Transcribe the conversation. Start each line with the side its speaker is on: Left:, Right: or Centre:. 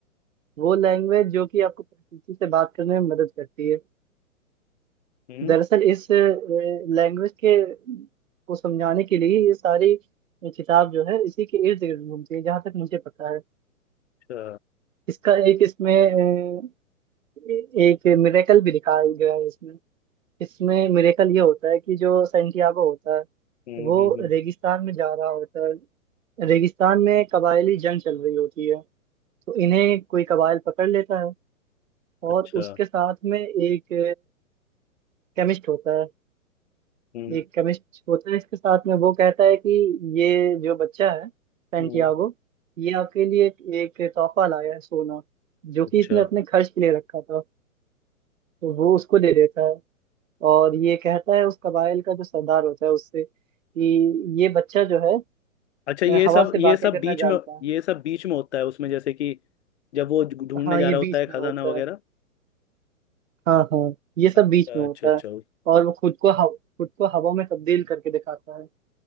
Right: वो लैंग्वेज जो कि आपको प्रकृति से बात करने में मदद करती है
Left: हम्म
Right: दरअसल इस लैंग्वेज के को समझाने के लिए ये सारी किताब जो है इसी के इर्द गिर्द घूमती है जहाँ तक मुझे पता है
Left: अच्छा
Right: इसका एक इसमें अ, ए- एक मिरेकल भी दिखाया गया है इसमें इसमें मिरेकल ये होता है कि जो सैंटियागो होता है
Left: हम्म
Right: वो
Left: हम्म हम्म,
Right: रेगिस्तान में जा रहा होता है रेगिस्तान में कबायली जंग चल रही होती है तो इन्हें कोई कबायल पकड़ लेता है और
Left: अच्छा
Right: उसके साथ में एक केमिस्ट होता है
Left: हम्म
Right: एक केमिस्ट होता है इसके साथ में वो कहता है कि ये जो बच्चा है सैंटियागो
Left: हम्म,
Right: ये आपके लिए एक, एक तोहफा लाया है सोना जो कि
Left: अच्छा
Right: इसने अपने खर्च के लिए रखा था तो वो उसको दे देता है और ये कहता है उस कबाइल का जो सरदार होता है उससे कि ये बच्चा जो है
Left: अच्छा ये
Right: अ, हवा
Left: सब
Right: से
Left: ये
Right: बातें
Left: सब
Right: करना
Left: बीच
Right: जानता
Left: में
Right: है
Left: ये सब बीच में होता है उसमें जैसे कि जब वो ढूंढने
Right: हाँ
Left: जा
Right: ये
Left: रहा होता
Right: बीच
Left: है
Right: में
Left: खजाना
Right: होता
Left: वगैरह
Right: है हाँ हाँ ये सब
Left: अच्छा
Right: बीच में होता
Left: अच्छा अच्छा
Right: है और वो खुद को हव, खुद को हवा में तब्दील करके दिखाता है